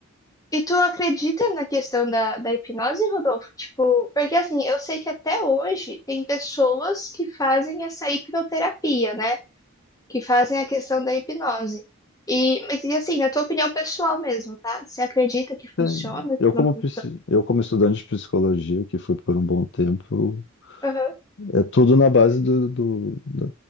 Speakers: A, on the left; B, on the left.
A: E tu acredita na questão da, da hipnose, Rodolfo? Tipo, porque assim, eu sei que até hoje tem pessoas que fazem essa hipnoterapia, né? Que fazem a questão da hipnose. E, mas, e assim, na tua opinião pessoal mesmo, tá? Você acredita que funciona?
B: É,
A: que
B: Eu
A: Não...
B: como,
A: fun-
B: psi- eu como estudante de psicologia, que fui por um bom tempo,
A: Aham.
B: é tudo na base do, do- da-